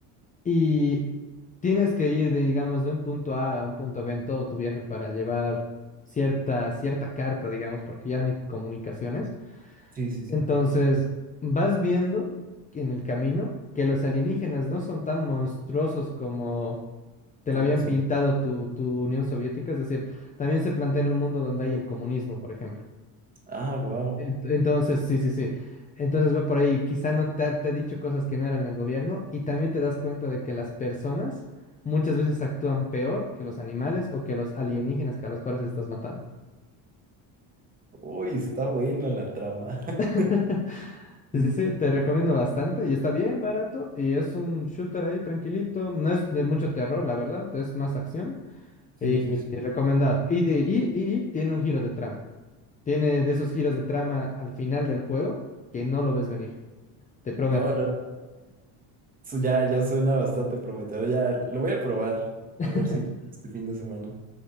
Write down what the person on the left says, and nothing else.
Y tienes que ir, de, digamos, de un punto A a un punto B en todo tu viaje para llevar cierta, cierta carta, digamos, porque ya no hay comunicaciones.
Entonces, vas viendo en el camino que los alienígenas no son tan monstruosos como te
lo habían
pintado tu, tu Unión Soviética, es decir, también se plantea en un mundo donde hay el comunismo, por ejemplo.
Ent- Entonces, sí, sí, sí. Entonces va por ahí, quizá no te ha, te ha dicho cosas que no eran el gobierno y también te das cuenta de que las personas muchas veces actúan peor que los animales o que los alienígenas que a los cuales estás matando.
<laughs> Sí,
sí, sí, te recomiendo bastante y está bien barato y es un shooter ahí tranquilito, no es de mucho terror, la verdad, es más acción
y,
y recomendado. Y, de- y, y y tiene un giro de trama, tiene de esos giros de trama al final del juego que no lo ves venir, te prometo.
<laughs>